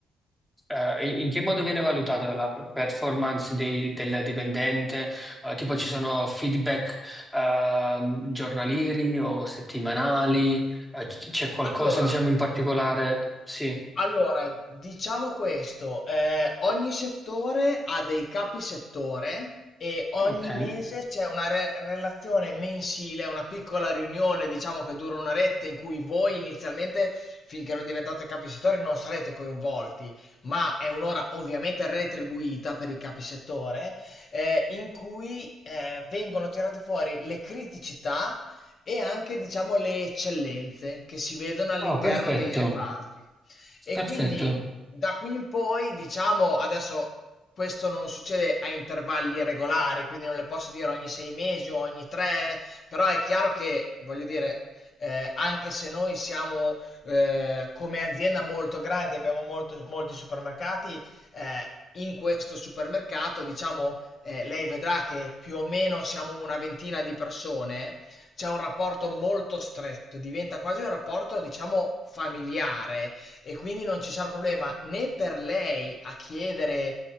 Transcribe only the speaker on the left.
Allora,
Allora, diciamo questo, ehm, ogni settore ha dei capi settore e ogni
mese c'è una re- relazione mensile, una piccola riunione, diciamo che dura un'oretta in cui voi inizialmente, finché non diventate capi settore, non sarete coinvolti, ma è un'ora ovviamente retribuita per i capi settore, eh, in cui eh, vengono tirate fuori le criticità e anche, diciamo, le eccellenze che si vedono all'interno
dei reparti. E
quindi da qui in poi, diciamo, adesso questo non succede a intervalli regolari, quindi non le posso dire ogni sei mesi o ogni tre, però è chiaro che, voglio dire, eh, anche se noi siamo eh, come azienda molto grandi, abbiamo molto- molti supermercati, eh, in questo supermercato, diciamo, eh, lei vedrà che più o meno siamo una ventina di persone, c'è un rapporto molto stretto, diventa quasi un rapporto, diciamo, familiare e quindi non ci sarà problema né per lei a chiedere